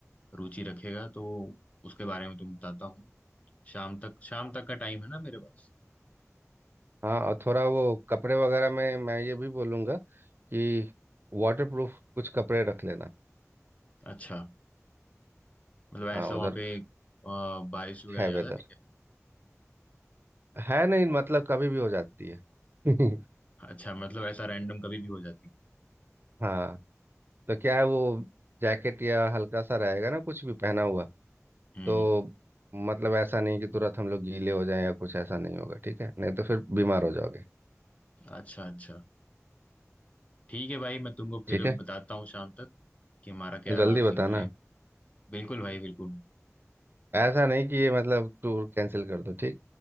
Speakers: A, on the left; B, on the right.
A: रुचि रखेगा तो उसके बारे में तुम बताता हूँ शाम तक शाम तक का टाइम है ना मेरे पास
B: हाँ और थोड़ा वो कपड़े वगैरह में मैं ये भी बोलूँगा कि वाटर प्रूफ कुछ कपड़े रख लेना
A: अच्छा मतलब ऐसा
B: हाँ
A: वहाँ
B: उधर
A: पे अ, बारिश वगैरह
B: है
A: ज्यादा
B: वेदर
A: है क्या
B: है नहीं मतलब कभी भी हो जाती है <laughs>
A: अच्छा मतलब ऐसा रैंडम कभी भी हो जाती
B: हाँ तो क्या है वो जैकेट या हल्का सा रहेगा ना कुछ भी पहना हुआ
A: है हम्म
B: तो मतलब ऐसा नहीं कि तुरंत हम लोग गीले हो जाएं या कुछ ऐसा नहीं होगा ठीक है नहीं तो फिर बीमार हो जाओगे
A: अच्छा अच्छा ठीक है भाई मैं तुमको फिर
B: ठीक है
A: बताता हूँ शाम तक कि हमारा क्या
B: जल्दी बताना
A: सीन रहेगा बिल्कुल भाई बिल्कुल
B: ऐसा नहीं कि ये मतलब टूर कैंसिल कर दो ठीक